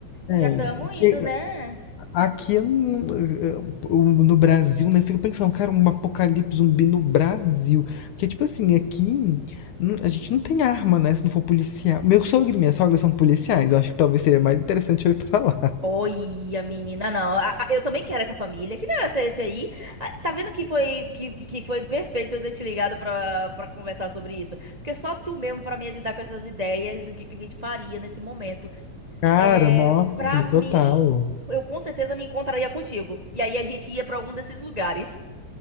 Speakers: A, on the left; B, on the right.
A: É,
B: já estamos
A: que
B: indo, né?
A: aqui eu não- eu- eu- no Brasil, né? Eu fico pensando, cara, um apocalipse zumbi no Brasil. Porque, tipo assim, aqui não- a gente não tem arma, né? Se não for policial. Meu sogro e minha sogra são policiais. Eu acho que talvez seria mais interessante eu ir pra lá.
B: Olha, menina, não. A- a- Eu também quero essa família. Que negócio é esse aí? Ah, Tá vendo que foi que, que foi perfeito eu ter te ligado pra, pra conversar sobre isso? Porque só tu mesmo pra me ajudar com essas ideias do que, que a gente faria nesse momento.
A: Cara,
B: É,
A: nossa,
B: pra mim,
A: total.
B: eu com certeza me encontraria contigo. E aí a gente ia pra algum desses lugares.